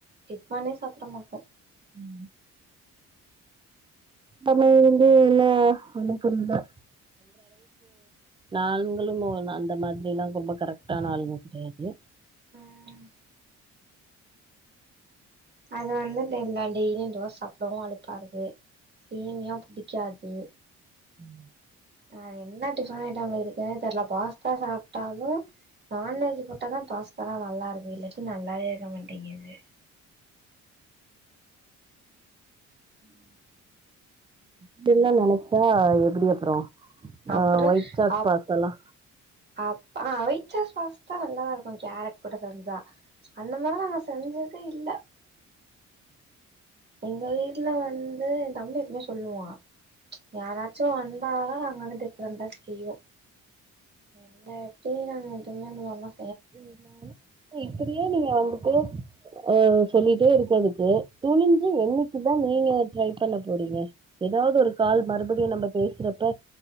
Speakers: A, on the right; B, on the right.
A: டிஃப்பனே சாப்ட மாட்டோ
B: ம் அன்னயில்லந்து இன்னோ ஒன்னு புரில நாங்களு ஓ அந்த மாதிரில்லா ரொம்ப கரெக்ட்டான ஆளுங்க கெடையாது
A: ம் அதனால தா டா எல்லா டெய்லியு தோச சாப்டவு அலுப்பா இருக்கு சேமியா புடிக்காது
B: ம்
A: நா என்ன டிஃபன்னு கேட்டாலு இருக்குன்னே தெர்ல பாஸ்தா சாப்ட்டாலே நான்வெஜ் போட்டா தா பாஸ்தாலா நல்லாருக்கு இல்லாட்டி நல்லாவே இருக்க மாட்டேங்கிது உம்
B: அப்டில்லா நெனச்சா எப்டி அப்றோ
A: அப்டிதா
B: அ ஒயிட் சாஸ்
A: அப்
B: பாஸ்த்தால்லா
A: அப் ஒயிட் சாஸ் பாஸ்தா நல்லாருக்கு கேரட் போட்டு செஞ்சா அந்த மாரில்லா நாங்க செஞ்சதே இல்ல எங்க வீட்ல வந்து எ தம்பி எப்போமே சொல்லுவா யாராச்சு வந் அதால நாங்க வந்து டிஃப்ரெண்டா செய்வோ இல்லாட்டி நாங்க எதுமே அந்த மாரில்லா
B: ம் ஆமா இப்டியே நீங்க வந்துட்டு அ சொல்லிட்டே இருக்கதுக்கு துணிஞ்சு என்னிக்குதா நீங்க ட்ரை பண்ண போறீங்க எதாவ்து ஒரு கால் மறுபடியு நம்ம பேசுறப்ப